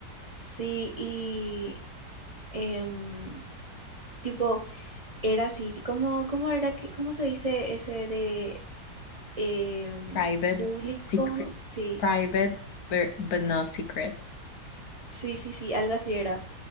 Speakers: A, on the right; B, on the left.
A: Sí, y em, tipo, era así, ¿cómo, cómo era que, cómo se dice ese de em,
B: Private,
A: público?
B: secret,
A: Sí,
B: private, but, but not secret.
A: sí, sí, sí, algo así era.